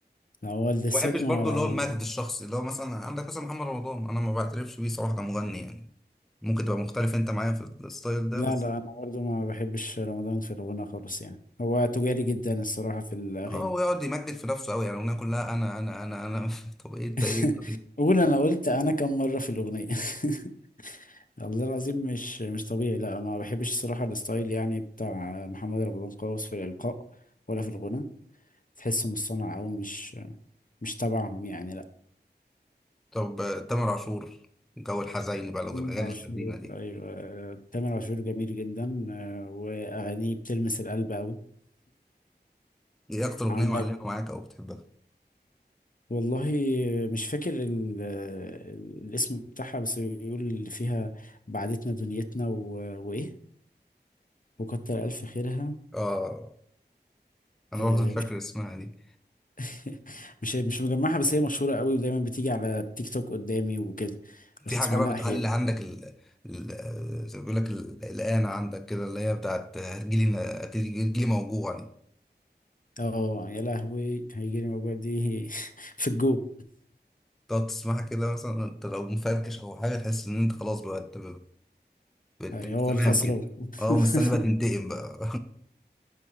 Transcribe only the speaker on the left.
هو الدسات
ما
لا
لا أنا برضو ما بحبش رمضان في الغنى خالص يعني هو تجاري جدا الصراحة في الأغاني
<laughs>
قول أنا قلت أنا كم مرة في الأغنية <laughs> والله العظيم مش مش طبيعي لا ما بحبش الصراحة الستايل يعني بتاع محمد رمضان خالص في الإلقاء ولا في الغنى تحسه مصطنع أوي مش مش تبعهم يعني لا
تامر
عاشور
أيوة تامر عاشور جميل جدا آه، وأغانيه بتلمس القلب أوي
عندك
والله مش فاكر ال- الاسم بتاعها بس بيقول اللي فيها بعدتنا دنيتنا و... وايه وكتر الف خيرها
آه،
مش
<laughs> مش مش مجمعها بس هي مشهورة قوي ودايما بتيجي على التيك توك قدامي وكده بسمع
لها
احيانا
اه يا لهوي هيجيلي موجوع دي <laughs> في الجو
أيوة،
هو
الخسران
<laughs>